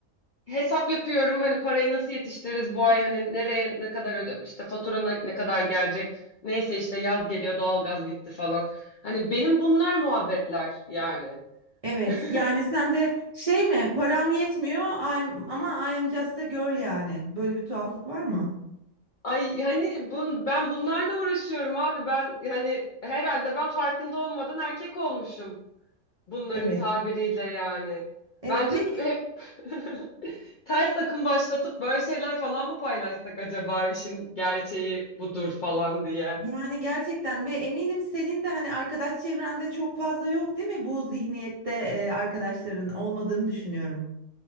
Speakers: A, on the left; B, on the right.
A: hesap yapıyorum hani parayı nasıl yetiştiririz bu ay hani nereye ne kadar öde işte fatura ne ne kadar gelecek. Neyse işte yaz geliyor doğalgaz bitti falan. Hani benim bunlar muhabbetler yani.
B: Evet.
A: <laughs>
B: Yani sen de şey mi? Param yetmiyor. I'm, ama I am just a girl yani. Böyle bir tuhaflık var mı?
A: Ay yani bun, ben bunlarla uğraşıyorum abi ben yani herhalde ben farkında olmadan erkek olmuşum bunların
B: Evet.
A: tabiriyle yani.
B: Evet.
A: Bence
B: Peki
A: hep <laughs> ters akım başlatıp böyle şeyler falan mı paylaşsak acaba işin gerçeği budur falan diye.
B: yani gerçekten ve eminim senin de hani arkadaş çevrende çok fazla yok değil mi? Bu zihniyette e, arkadaşların olmadığını düşünüyorum.